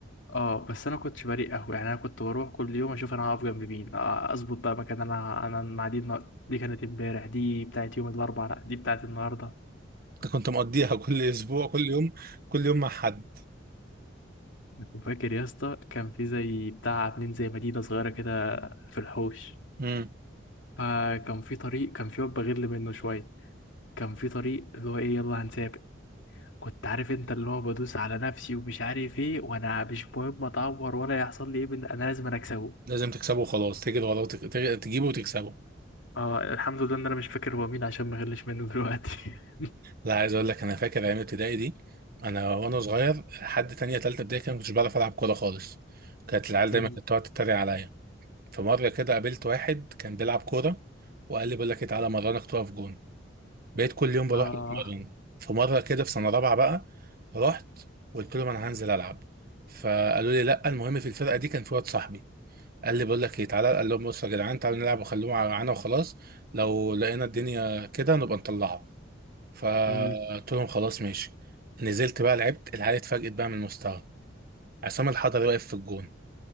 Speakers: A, on the left; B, on the right.
A: اه بس انا كنتش بريء قهوه يعني انا كنت بروح كل يوم اشوف انا هقف جنب مين آه، اظبط بقى مكان انا انا المعاديد ما... دي كانت امبارح دي بتاعت يوم الاربعاء لا دي بتاعت النهارده
B: انت كنت مقضيها <laughs> كل اسبوع كل يوم كل يوم مع حد
A: وفاكر يا اسطى كان في زي بتاع عاملين زي مدينه صغيره كده في الحوش
B: امم
A: فكان في طريق كان في واد بغل منه شويه كان في طريق اللي هو ايه يلا هنسافر كنت عارف انت اللي هو بدوس على نفسي ومش عارف ايه وانا مش مهم اتعور ولا يحصل لي ايه من انا لازم انا اكسبه
B: لازم تكسبه وخلاص تجري وراه وتك... تج- تجيبه وتكسبه
A: اه الحمد لله ان انا مش فاكر هو مين عشان ما غلش منه دلوقتي <laughs>
B: لا عايز اقول لك انا فاكر ايام ابتدائي دي انا وانا صغير لحد تانية تالتة ابتدائي كده ما كنتش بعرف العب كوره خالص كانت العيال دايما
A: مم.
B: كانت تقعد تتريق عليا في مرة كده قابلت واحد كان بيلعب كورة وقال لي بقول لك إيه، تعالى مرنك تقف جون بقيت كل يوم بروح
A: اه
B: له اتمرن في مرة كده في سنة رابعة بقى رحت قلت لهم أنا هنزل ألعب فقالوا لي لا المهم في الفرقة دي كان في واد صاحبي قال لي بقول لك إيه تعالى قال لهم بصوا يا جدعان تعالوا نلعب وخلوهم معانا وخلاص لو لقينا الدنيا كده نبقى نطلعها فقلت
A: امم
B: لهم خلاص ماشي نزلت بقى لعبت العيال اتفاجئت بقى من المستوى عصام الحضري واقف في الجون